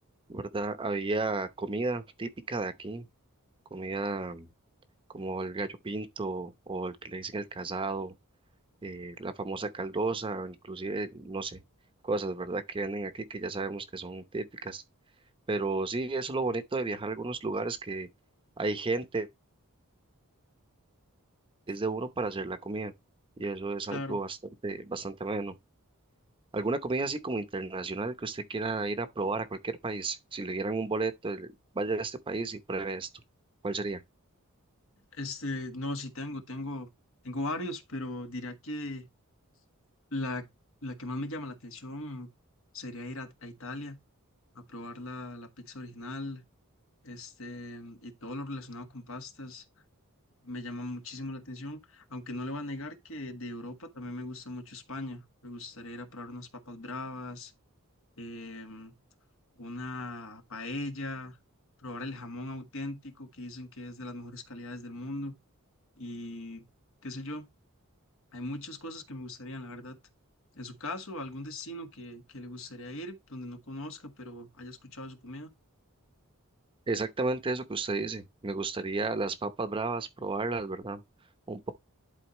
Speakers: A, on the right (about 25°); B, on the left (about 65°).
A: ¿verdad? Había comida típica de aquí, comida mm, como el gallo pinto o el que le dicen el casado, eh, la famosa caldosa, inclusive, no sé, cosas, ¿verdad? Que venden aquí que ya sabemos que son típicas. Pero sí, eso es lo bonito de viajar a algunos lugares que hay gente, es de uno para hacer la comida. Y eso es algo
B: Claro.
A: bastante, bastante ameno. ¿Alguna comida así como internacional que usted quiera ir a probar a cualquier país? Si le dieran un boleto, el- vaya a este país y pruebe esto. ¿Cuál sería?
B: Este, no, sí tengo, tengo, tengo varios, pero diría que la, la que más me llama la atención sería ir a, a Italia a probar la, la pizza original, este, y todo lo relacionado con pastas. me llama muchísimo la atención, aunque no le voy a negar que de Europa también me gusta mucho España. Me gustaría ir a probar unas papas bravas, em, una paella, probar el jamón auténtico que dicen que es de las mejores calidades del mundo y qué sé yo, hay muchas cosas que me gustarían, la verdad. En su caso, algún destino que, que le gustaría ir, donde no conozca, pero haya escuchado su comida.
A: Exactamente eso que usted dice. Me gustaría las papas bravas, probarlas, ¿verdad? Un pa-